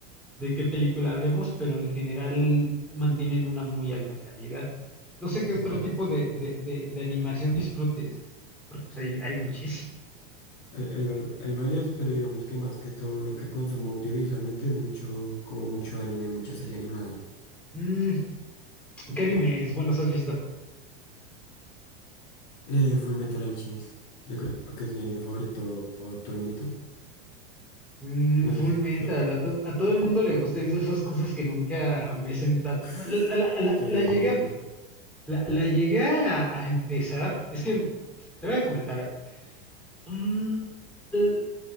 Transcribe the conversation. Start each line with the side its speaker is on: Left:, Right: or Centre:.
Centre: de qué película hablemos, pero en general mantienen una muy alta calidad. No sé
Left: Eso
Centre: qué otro
Left: es verdad.
Centre: tipo de, de, de- de animación disfrutes, porque pues, hay, hay muchísimo.
Left: Hay, hay, va- hay varias, pero digamos que más que todo lo que consumo audiovisualmente es mucho, como mucho anime, mucha serie animada.
Centre: Mm, ¿qué animes buenos has visto?
Left: Eh, Full Metal Alchemist. Yo creo que es mi anime favorito actualmente.
Centre: Mm,
Left: No
Centre: Full
Left: sé si
Centre: Metal,
Left: lo...
Centre: a, to- a todo el mundo le gusta y es de esas cosas que nunca me he sentado.
Left: Uf,
Centre: La, la- la-
Left: deberías
Centre: la llegué,
Left: verlo.
Centre: a- la, la llegué a, a empezar, es que te voy a comentar algo. Mm, l-